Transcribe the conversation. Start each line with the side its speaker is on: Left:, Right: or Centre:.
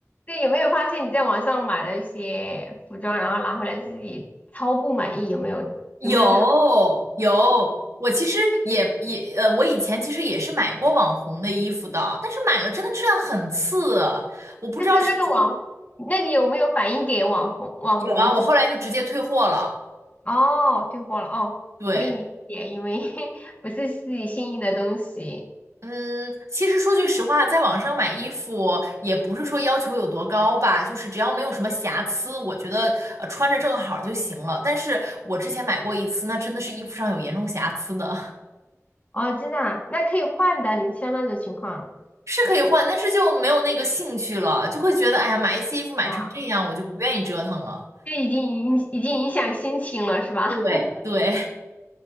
Left: 对，有没有发现你在网上买了一些服装，然后拿回来自己超不满意，有没有？
Right: 有有，
Left: 有没有这种？
Right: 我其实也也呃，我以前其实也是买过网红的衣服的，但是买了真的质量很次，我不知道是不是
Left: 就是那个网，那你有没有反映给网红？网红这
Right: 有啊，我后来就直接退货了，
Left: 哦，退货了哦，
Right: 对。
Left: 可以理解，因为 <laughs> 不是自己心仪的东西
Right: 嗯，其实说句实话，在网上买衣服也不是说要求有多高吧，就是只要没有什么瑕疵，我觉得呃穿着正好就行了。但是我之前买过一次，那真的是衣服上有严重瑕疵的，
Left: 哦，真的啊那可以换的，你像那种情况
Right: <laughs> 是可以换，但是就没有那个兴趣了，就会觉得哎呀，买一次衣服买成这样，
Left: 啊。
Right: 我就不愿意折腾了。
Left: 这已经影已经影响心情了，是吧？
Right: 对对，
Left: <laughs>